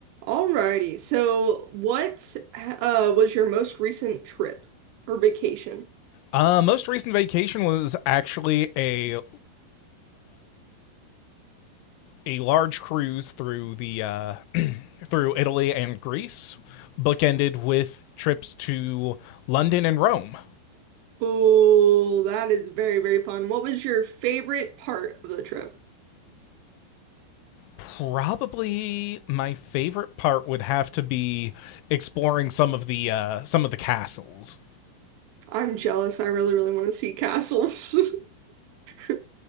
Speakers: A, on the right; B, on the left.
A: Alrighty. So, what uh was your most recent trip or vacation?
B: Uh, most recent vacation was actually a a large cruise through the uh, <clears throat> through Italy and Greece, bookended with trips to London and Rome.
A: Oh, that is very, very fun. What was your favorite part of the trip?
B: Probably my favorite part would have to be exploring some of the uh, some of the castles.
A: I'm jealous. I really, really want to see castles. <laughs>